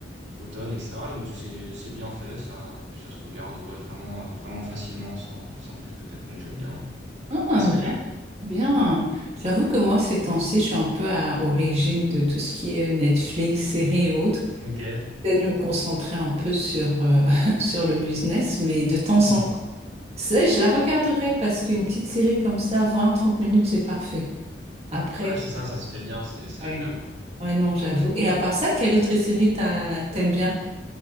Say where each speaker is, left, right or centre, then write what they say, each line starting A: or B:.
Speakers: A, on the right; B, on the right.
A: automne, etc. Et donc c'est c'est bien fait, ça, et puis ça se regarde ouais, vraiment, euh, vraiment facilement, sans, sans prise de tête. Donc j'aime bien.
B: Ah,
A: Ça se fait
B: bien.
A: bien.
B: Bien. J'avoue que moi, ces temps-ci, je suis un peu à- au régime de tout ce qui est euh, Netflix, séries et autres.
A: Ok.
B: J'essaie de me concentrer un peu sur, euh, <laughs> sur le business, mais de temps
A: <laughs>
B: en temps, ça, je la regarderai parce qu'une petite série comme ça, vingt trente minutes, c'est parfait. Après,
A: Ouais,
B: tu
A: c'est ça, ça se fait bien, c'est c'est
B: Ouais.
A: agréable, quoi.
B: Ouais, non, j'avoue. Et à part ça, quelle autre série t'as- t'aimes bien?